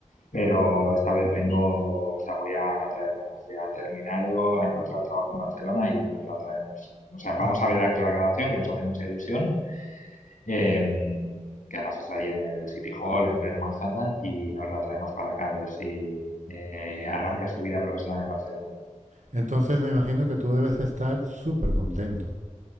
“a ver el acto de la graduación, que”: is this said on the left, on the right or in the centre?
Left